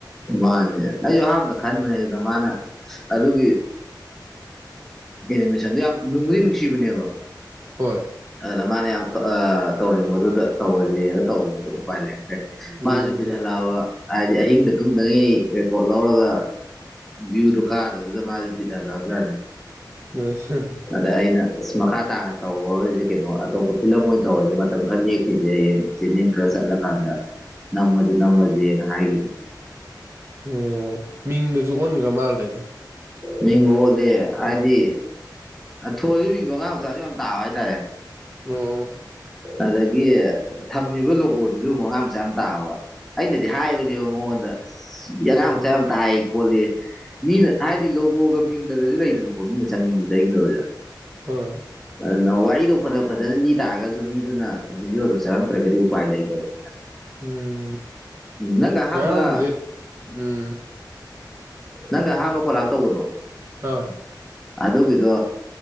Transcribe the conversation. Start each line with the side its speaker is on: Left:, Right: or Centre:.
Centre: ꯃꯥꯅꯦ ꯑꯩꯁꯨ ꯑꯍꯥꯟꯕꯗ ꯈꯟꯕꯅꯦ ꯑꯗꯨꯅ ꯃꯥꯅ ꯑꯗꯨꯒꯤ ꯑꯦꯅꯤꯃꯦꯁꯟꯗꯣ ꯌꯥꯝ ꯅꯨꯡꯕꯨꯗꯤ ꯅꯨꯡꯁꯤꯕꯅꯦꯕ
Right: ꯍꯣꯏ
Centre: ꯑꯗꯨꯗ ꯃꯥꯅ ꯌꯥꯝ ꯇꯧꯔꯤꯕꯗꯨꯗ ꯇꯧꯔꯔꯤꯦꯅ ꯇꯧꯕꯅꯤꯗ ꯎꯄꯥꯏ ꯂꯩꯔꯛꯇ꯭ꯔꯦ
Right: ꯎꯝ
Centre: ꯃꯥꯁꯨ ꯄꯤꯍꯜꯂꯛꯑꯕ ꯍꯥꯏꯗꯤ ꯑꯍꯤꯡꯗ ꯇꯨꯝꯗꯉꯩ ꯔꯦꯀꯣꯔꯠ ꯂꯧꯔꯒ ꯕꯤꯌꯨꯗꯣ ꯀꯥꯔ ꯑꯗꯨꯗ ꯃꯥꯁꯦ ꯤꯠ ꯂꯧꯞꯖꯥꯅꯤ
Right: ꯑ
Centre: ꯑꯗ ꯑꯩꯅ ꯑ ꯃꯈꯥ ꯇꯥꯅ ꯇꯧꯔꯔꯤꯁꯦ ꯀꯩꯅꯣ ꯑꯇꯣꯞꯄ ꯐꯤꯂꯝ ꯑꯣꯏꯅ ꯇꯧꯔꯁꯦ ꯃꯇꯝ ꯈꯔ ꯂꯦꯛꯈꯤꯁꯦ ꯍꯌꯦꯡ ꯆꯦꯅꯦꯦꯝ ꯈꯔ ꯆꯠꯂꯀꯥꯟꯗ ꯅꯝꯃꯁꯨ ꯅꯝꯃꯁꯦꯅ ꯍꯥꯏꯈꯤꯕꯅꯤ
Right: ꯑꯣ ꯃꯤꯡꯗꯁꯨ ꯑꯣꯟꯈ꯭ꯔ ꯃꯥꯜꯗꯅꯦ
Centre: ꯃꯤꯡ ꯑꯣꯜꯂꯦ ꯍꯥꯏꯗꯤ ꯊꯣꯏꯕ ꯃꯤꯡꯗꯣ ꯑꯉꯥꯡ ꯃꯆꯥꯁꯨ ꯌꯥꯝ ꯇꯥꯕ ꯍꯥꯏꯇꯥꯔꯦ
Right: ꯑꯣ
Centre: ꯑꯗꯒꯤ ꯊꯝꯃꯤꯕ ꯂꯣꯒꯣꯗꯨꯁꯨ ꯑꯃꯨꯛ ꯑꯉꯥꯡ ꯃꯆꯥ ꯌꯥꯝ ꯇꯥꯕ ꯑꯩꯅꯗꯤ ꯍꯥꯏꯕꯅꯦꯕ ꯃꯉꯣꯟꯗ
Right: ꯎꯝ
Centre: ꯑꯉꯥꯡ ꯃꯆꯥ ꯌꯥꯝ ꯇꯥꯏ ꯈꯣꯂꯦ ꯃꯤꯅ ꯍꯥꯏꯗꯤ ꯂꯒꯣꯒ ꯃꯤꯡꯒꯗꯁꯨ ꯂꯩꯗꯅꯀꯣ ꯃꯤꯅ ꯆꯪꯅꯤꯡꯕꯗ ꯆꯪꯅꯤꯡꯗꯕꯗ
Right: ꯍꯣꯏ
Centre: ꯑꯗꯨꯅ ꯋꯥꯔꯤꯗꯣ ꯐꯖ ꯐꯖꯅ ꯃꯤ ꯇꯥꯔꯒꯁꯨ ꯃꯤꯗꯨꯅ ꯚꯗꯤꯑꯣꯗꯨ ꯆꯪꯉꯛꯇ꯭ꯔꯒꯗꯤ ꯎꯄꯥꯏ ꯂꯩꯇꯥꯕꯥ
Right: ꯎꯝ
Centre: ꯅꯥꯡꯒ ꯑꯍꯥꯟꯕ
Right: ꯉꯔꯥꯡꯁꯦ ꯎꯝ
Centre: ꯅꯪꯒꯥ ꯑꯍꯟꯕ ꯀꯣꯂꯥꯄ ꯇꯧꯕꯗꯣ
Right: ꯍꯣꯏ
Centre: ꯑꯗꯨꯒꯤꯗꯣ